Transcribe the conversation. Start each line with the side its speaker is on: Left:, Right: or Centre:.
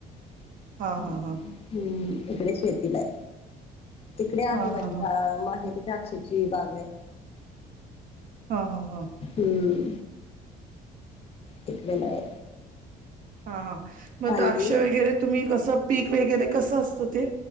Left: ह
Right: हा हा हा
Left: हम्म इकडे शेती नाय. तिकडे
Right: हा
Left: आहे
Right: हा
Left: माझी
Right: हा
Left: माहेरी द्राक्षाची बाग आहे.
Right: हा हा हा.
Left: हम्म तिकडे नाही.
Right: हा हा मग
Left: हल्ली
Right: द्राक्ष वगैरे तुम्ही कसं पीक वगैरे कसं असतं ते?